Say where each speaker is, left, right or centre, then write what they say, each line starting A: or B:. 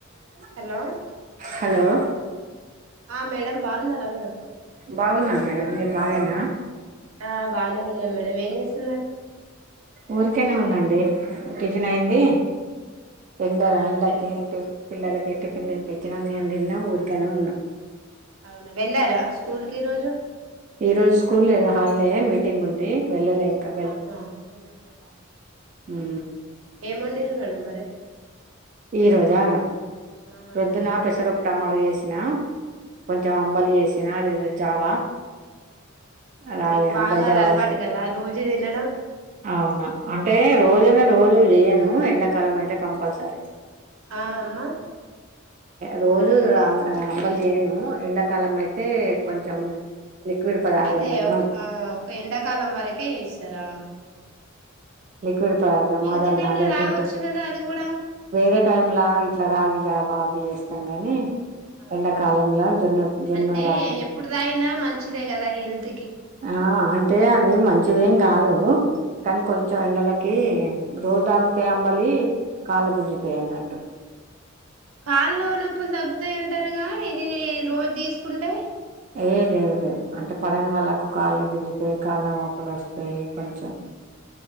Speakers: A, on the right; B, on the right.
A: అ
B: hello
A: hello
B: ఆ madam బాగున్నారా madam
A: బాగున్నా మేడం మీరు బాగానా
B: ఆ బానే ఉన్నమ్ మేడం ఏమ్ జేసున్నారు
A: ఊరికేనే ఉన్నండి టిఫన్ అయింది ఎండ
B: ఆ
A: ఎండకింటి
B: వెల్
A: పిల్లకి టిఫిన్ తినిపించినా నేను తిన్నా ఊరికనే ఉన్నా
B: అవునా వెళ్ళారా స్కూల్ కీరోజు
A: ఈ రోజు స్కూల్ లేదో హాలిడే మీటింగ్ ఉంంది వెళ్ళలే ఇంకా
B: ఆహా వెల్లలేదా
A: ఉ
B: ఏం వండిన్రు మేడం మరి
A: ఈ రోజా
B: ఆ
A: ప్రొద్దున పెసర పప్పు టమోటా చేసిన కొంచెం
B: అవును
A: అంబలు చేసినా అది చావా అలాగే
B: మీకు బాగా
A: అంబల్ జావా
B: అది అలవాటు కదా రోజు తినడం
A: అవును అంటే రోజు రోజు చేయను ఎండాకాలం అయితే కంపల్సరీ
B: ఆ అమ్మా
A: రోజు అంబలు చేయను ఎండాకాలం అయితే కొంచెం లిక్విడ్ పదార్థం
B: అదే
A: కదా
B: ఒక ఆ ఒక ఎండాకాలం వరకే ఇస్తారా
A: కుడితి తాగుతాం
B: మిగతా
A: అదన్నా
B: టైమ్ లో
A: లేకుంటే
B: తాగొచ్చు కదా అది కూడా
A: వేరే టైమ్లా ఇట్లా రా జావా చేస్తాం గాని
B: ఆహ
A: ఎండాకాలంలో జొన్న జొన్న
B: అంటే
A: రా
B: ఎప్పుడు దాగినా మంచిదే కదా పహ
A: ఆ అంటే అది మంచి ఇదేం కాదు కానీ కొంచెం ఎండలకి రోజు తాగుతే అంబలి కాళ్లు గుంజుతాయి అన్నట్టు
B: కాళ్లు నొప్పి అప్పులు తగ్గుతాయి ఉంటారుగా ఈ రోజు తీసుకుంటే
A: ఏ లేవు లేవు అంటే పడని వాళ్ళకు కాళ్ళు గుంజుతాయి కాళ్ళ వాపులు వస్తాయి కొంచెం